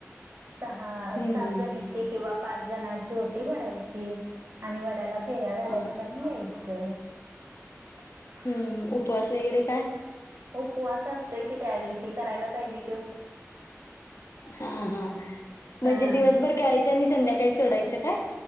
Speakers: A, on the right; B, on the left.
A: सहा
B: हम्म
A: सात जणीची किंवा पाच जणची ओटी भरायची. आणि वड्याला, फेऱ्या घालायच
B: हा
A: आणि यायच, <unintelligible>
B: हम्म <unintelligible> काय
A: उपवास असतोय की त्या दिवशी करायला पाहिजे कि,
B: हा हा म्हणजे
A: हा
B: दिवसभर करायचं, आणि संध्याकाळी सोडायचं काय,